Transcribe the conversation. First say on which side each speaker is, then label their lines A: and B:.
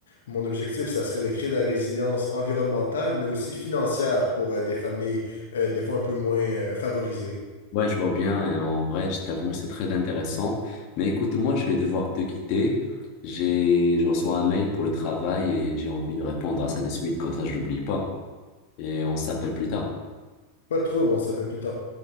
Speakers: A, on the left (about 65°); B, on the left (about 45°).
A: mon objectif, ça serait de créer de la résilience environnementale, mais aussi financière pour euh, des familles euh, des fois un peu moins euh, favorisées.
B: Ouais, je vois bien, et en vrai, je t'avoue, c'est très intéressant. Mais écoute, moi, je vais devoir te quitter. J'ai, je reçois un mail pour le travail et j'ai envie de répondre à ça de suite, comme ça, je l'oublie pas. Et on s'appelle plus tard.
A: Pas trop, bon, ça peut être plus tard.